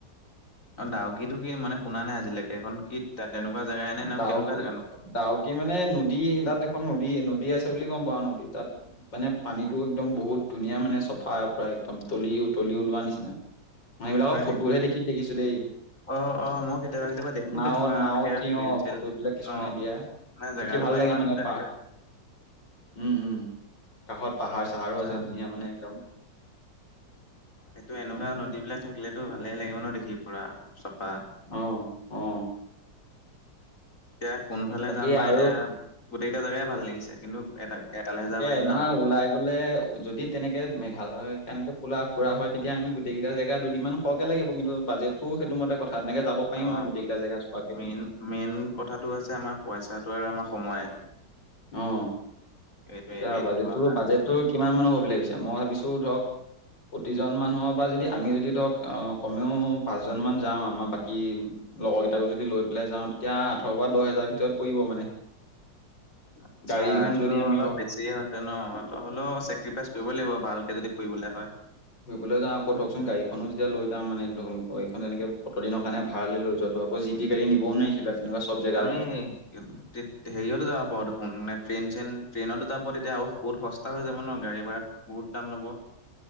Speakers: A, on the left; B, on the left.
A: অ দাউকীটো কি মানে শুনা নাই আজিলৈকে এইখন কি? তাত এনেকুৱা জেগা এনে নে
B: ডাউকী
A: কেনেকুৱা জেগা নো।
B: ডাউকী মানে নদী তাত এখন নদী নদী আছে বুলি গম পাওঁ নদী তাত। মানে পানীটো একদম বহুত ধুনীয়া মানে চফা পৰা একদম তলি তলিও ওলোৱা নিচিনা।
A: <unintelligible>
B: মানে সেইবিলাকৰ ফটোহে
A: নেকি?
B: দেখি দেখিছো দেই
A: অ' অ' মই কেতিয়াবা কেতিয়াবা দেখো
B: নাৱত
A: তেনেকুৱা
B: নাৱত
A: এনেকে
B: তি
A: ৰিল
B: অ
A: চিল
B: ফটোবিলাক কিছুমানে
A: অ'
B: দিয়া
A: মানে জেগাটোকো
B: দেখি ভাল লাগে
A: ইমান
B: মানে
A: তেনেকে
B: পাহ উম উম কাষত পাহাৰ চাহাৰো
A: আচ্ছা
B: আছে ধুনীয়া মানে একদম
A: এইটো এনেকুৱা নদী বিলাক থাকিলেতো ভালে লাগিব ন দেখি পুৰা চাফা
B: অ অ
A: এতিয়া কোনফালে
B: বাকী
A: যাম বা
B: আৰু
A: এতিয়া গোটেইকেইটা জেগাই ভাল লাগিছে কিন্তু এটা এটালেহে
B: ঠিকে
A: যাব পাৰিম
B: নহয়
A: ন
B: ওলাই গ'লে যদি তেনেকে মেঘালয় কেনেকে ফোলা ফুৰা হয় তেতিয়া আমি গোটেইকেইটা জেগা দুদিনমান সৰহকে লাগিব কিন্তু বাজেট তোৰ সেইটো মতে কথা এনেকে যাব পাৰিম
A: অ
B: আৰু গোটেইকেইটা জেগা চোৱাকে
A: মেইন মেইন কথাটো হৈছে আমাৰ পইচাটো আৰু আমাৰ সময়
B: অ
A: এইটোৱে
B: এয়া
A: মেইনটো
B: বাজেট
A: আমাৰ
B: বাজেটো কিমান মানৰ হ'ব বুলি ভাবিছে মই ভাবিছো ধৰক প্ৰতিজন মানুহৰ পৰা যদি আমি যদি ধৰক কমেও পাঁচজনমান যাওঁ আমাৰ বাকী লগৰ কেইটাকো যদি লৈ পেলাই যাওঁ তেতিয়া আঠৰ বা দহ হেজাৰ ভিতৰত পৰিব মানে
A: আচ্ছা
B: গাড়ীখন
A: এইটোতো
B: যদি আমি
A: অলপ
B: ধৰক
A: বেছি হয় হৈছে ন অলপ হ'লেও চেক্ৰিফাইচ কৰিবই লাগিব ভালকে যদি ফুৰিবলে হয়
B: ফুৰিবলৈ যাওঁ আকৌ ধৰকচোন গাড়ীখনো যেতিয়া লৈ যাম মানে ধৰক লোকৰ গাড়ীখন এনেকে অতদিনৰ কাৰণে ভাড়ালে লৈ যোৱাটো অ জিটি গাড়ী নিবও নোৱাৰি সেইবিলাকত তেনেকুৱা চব জেগালে
A: আমি হেৰিয়তো যাব পাৰো দেখোন মে ট্ৰেইন চেইন ট্ৰেইনতো যাব পাৰোঁ তেতিয়া আও বহুত হস্ স্তা হৈ যাব ন গাড়ী ভাড়া বহুত দাম ল'ব